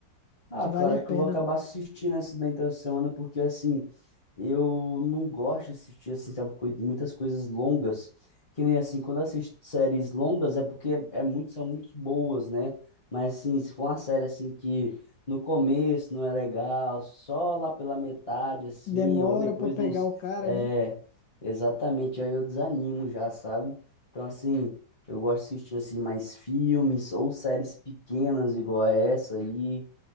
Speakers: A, on the left (about 25°); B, on the left (about 85°).
A: Ah,
B: que
A: cara,
B: vale a
A: acho que
B: pena.
A: eu vou acabar assistindo essa da então essa semana, porque assim, eu não gosto de assistir, assim, sabe, coi- muitas coisas longas, que nem assim, quando eu assisto séries longas é porque é, é muito, são muito boas, né? Mas assim, se for uma série assim que no começo não é legal, só lá pela metade, assim,
B: Demora
A: ou depois
B: pra pegar
A: de uns,
B: o cara,
A: é,
B: né?
A: exatamente, aí eu desanimo já, sabe? Então assim, eu gosto de assistir assim mais filmes ou séries pequenas igual a essa aí